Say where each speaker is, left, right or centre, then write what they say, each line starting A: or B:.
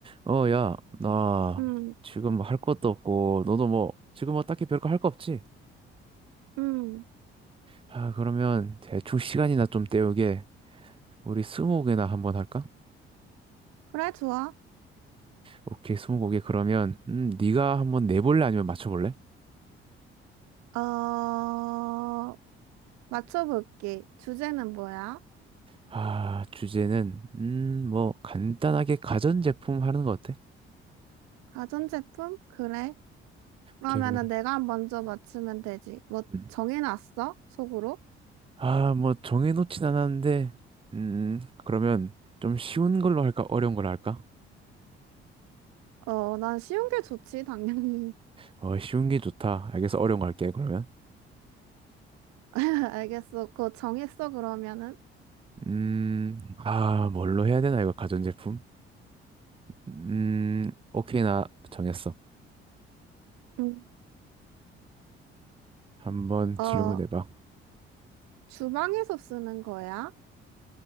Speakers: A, on the right; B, on the right.
A: 어, 야, 나
B: 음,
A: 지금 뭐 할 것도 없고, 너도 뭐, 지금 뭐 딱히 별거 할 거 없지?
B: 음.
A: 아, 그러면 대충 시간이나 좀 때우게, 우리 스무고개나 한번 할까?
B: 그래, 좋아.
A: 오케이, 스무고개 그러면, 음, 네가 한번 내볼래? 아니면 맞춰볼래?
B: 어, 맞춰볼게. 주제는 뭐야?
A: 아, 주제는, 음, 뭐, 간단하게 가전제품 하는 거 어때?
B: 가전제품? 그래. 그러면은
A: 오케이, 그래.
B: 내가 먼저 맞추면 되지. 뭐,
A: 음.
B: 정해놨어? 속으로?
A: 아, 뭐, 정해놓진 않았는데, 음, 그러면 좀 쉬운 걸로 할까? 어려운 걸로 할까?
B: 어, 난 쉬운 게 좋지, 당연히.
A: 어, 쉬운 게 좋다. 알겠어, 어려운 거 할게, 그러면.
B: <laughs> 알겠어. 그거 정했어, 그러면은?
A: 음, 아, 뭘로 해야 되나, 이거, 가전제품? 음, 오케이, 나 정했어.
B: 음.
A: 한번 질문해봐.
B: 어, 주방에서 쓰는 거야?